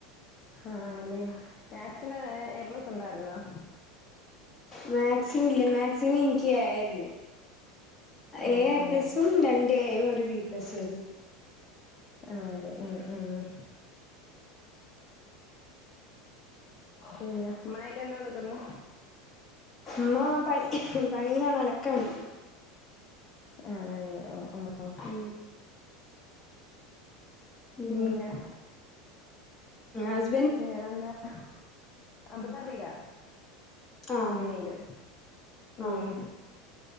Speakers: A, on the left; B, on the left.
A: ആഹ് അല്ലേ മാക്സിന് എ പ്ലസ് ഇണ്ടായിരുന്നോ.
B: മാക്സിന് ഇല്ലേ മാക്സിന് ഇനിക്ക് ഏയാര്ന്നു.
A: ഓ
B: ഏയ് എ
A: ഓ
B: പ്ലസും രണ്ട് എയും ഒരു ബി പ്ലസു ഏരുന്നു
A: ആഹ് ലെ <unintelligible> ഉം ഉം പിന്നെ മയക്കന്താ കൊടുക്കുന്ന്.
B: ഇമ്മ പ പണയിലാണ് അലക്കാണ്
A: ആണെല്ലേ ഓ ഓ
B: ഉം ഉം
A: പിന്നെ
B: അസ്
A: നേറന്താ <unintelligible> അ റീല
B: ആഹ്
A: കമ്പിനീല് ഉം
B: ആഹ്